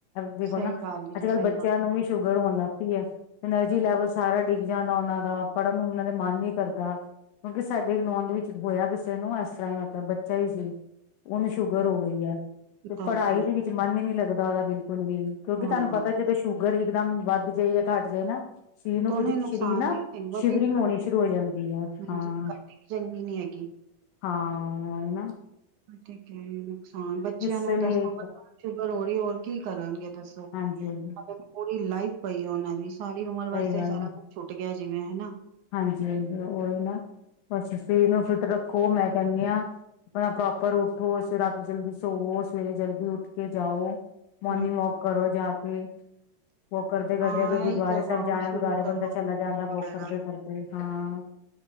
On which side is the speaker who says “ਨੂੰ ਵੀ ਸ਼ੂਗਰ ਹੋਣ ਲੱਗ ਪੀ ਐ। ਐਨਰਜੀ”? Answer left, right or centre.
Left